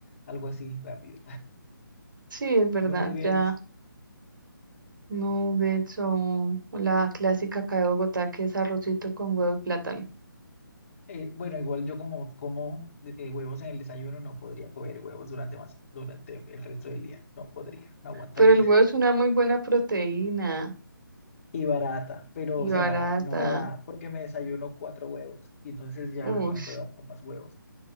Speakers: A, on the left; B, on the right.
A: algo así, rápido.
B: Sí,
A: <laughs>
B: es verdad,
A: Nuggets,
B: ya nuggets o o la clásica acá de Bogotá que es arrocito con huevo y plátano.
A: Eh, bueno, igual yo como como eh, huevos en el desayuno, no podría comer huevos durante más, durante el resto del día. No podría, no aguantaría.
B: Pero el huevo es
A: <laughs>
B: una muy buena proteína
A: Y barata, pero
B: y
A: o sea,
B: barata.
A: no me da porque me desayuno cuatro huevos y entonces ya
B: Uy,
A: no puedo con más huevos.